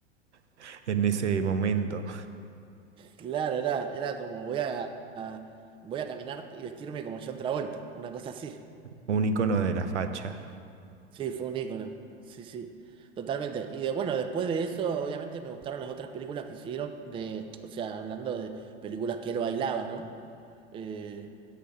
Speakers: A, on the right; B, on the right.
A: <laughs> en ese momento.
B: Claro, era, era como voy a, a- voy a caminar y vestirme como John Travolta, una cosa así.
A: Un icono de la facha.
B: Sí, fue un ícono. Sí, sí. Totalmente. Y de, bueno, después de eso, obviamente me gustaron las otras películas que hicieron de, o sea, hablando de películas que él bailaba, ¿no? Eh,